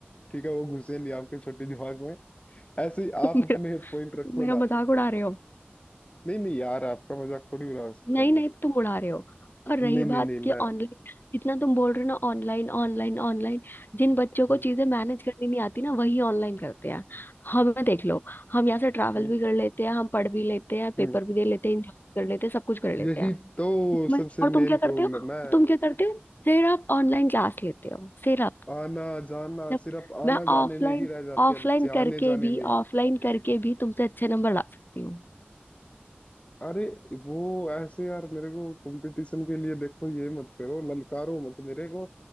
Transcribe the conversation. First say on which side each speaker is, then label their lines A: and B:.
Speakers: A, on the left; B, on the left.
A: ठीक है वो घुसे नहीं आपके छोटे दिमाग में ऐसे ही
B: तुम
A: आप
B: मेरा
A: अपने पॉइंट रखो
B: तुम मेरा
A: ना
B: मजाक उड़ा रहे हो
A: नहीं नहीं यार आपका मजाक थोड़ी उड़ा सकता
B: नहीं
A: हूँ
B: नहीं तुम उड़ा रहे हो और रही
A: मैं नहीं
B: बात
A: नहीं नहीं
B: कि
A: मैं
B: ऑनलाइन जितना तुम बोल रहे हो ना ऑनलाइन ऑनलाइन ऑनलाइन जिन बच्चों को
A: हम्म,
B: चीजें मैनेज करनी नहीं आती ना वही ऑनलाइन करते हैं हमें देख लो हम यहाँ से ट्रैवल
A: हम्म,
B: भी कर लेते हैं हम पढ़ भी लेते हैं
A: हम्म।
B: पेपर भी दे लेते हैं इंजॉय कर लेते हैं सब कुछ कर लेते
A: यही
B: हैं
A: तो
B: उसमें-
A: सबसे
B: और तुम
A: मेन
B: क्या करते
A: प्रॉब्लम
B: हो
A: है
B: तुम क्या करते हो सिर्फ ऑनलाइन क्लास लेते हो सिर्फ
A: आना जाना
B: जब
A: सिर्फ आना
B: मैं
A: जाने
B: ऑफलाइन
A: में ही रह जाते
B: ऑफलाइन
A: हैं बच्चे
B: करके
A: आने जाने
B: भी
A: में ही
B: ऑफलाइन करके भी तुमसे अच्छे नंबर ला सकती हूँ
A: अरे वो ऐसे यार मेरे को कंपटीशन के लिए देखो ये मत करो ललकारो मत मेरे को